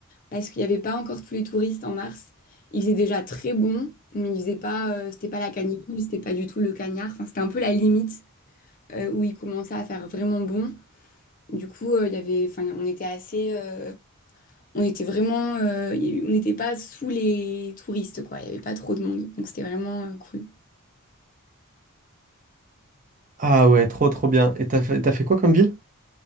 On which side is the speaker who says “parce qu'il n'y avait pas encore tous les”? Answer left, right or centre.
Left